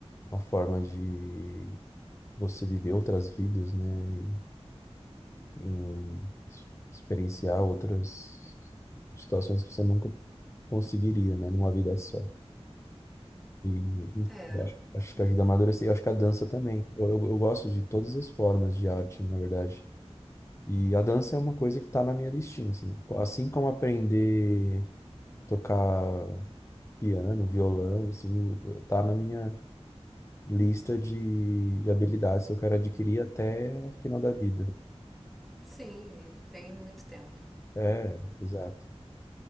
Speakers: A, on the left (about 25°); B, in the centre.
A: Uma forma de você viver outras vidas, né? E, em ex- experienciar outras situações que você nunca conseguiria, né? Numa vida só. E
B: É,
A: eu acho, acho que ajuda a amadurecer. Eu acho que a dança também. Eu, eu, eu gosto de todas as formas de arte, na verdade. E a dança é uma coisa que está na minha listinha, assim. Assim como aprender a tocar piano, violão, assim, o- tá na minha lista de, de habilidades que eu quero adquirir até o final da vida.
B: sim, e tem muito tempo.
A: É, exato.